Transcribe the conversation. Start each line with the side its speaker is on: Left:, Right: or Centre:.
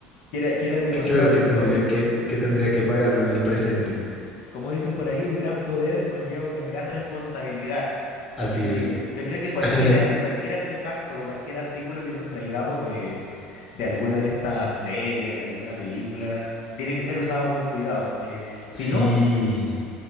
Left: que era- que eran demasiado
Centre: claro que
Left: costosos.
Centre: tendría que, que tendría que pagarlo en el presente.
Left: como dicen por ahí, un gran poder conlleva una gran responsabilidad. Así
Centre: Así
Left: que
Centre: es.
Left: yo creo que cualquier,
Centre: <laughs>
Left: cualquier artefacto o cualquier artículo que nos traigamos de, de alguna de estas series, de alguna película, tiene que ser usado con cuidado, porque si
Centre: Sí,
Left: no,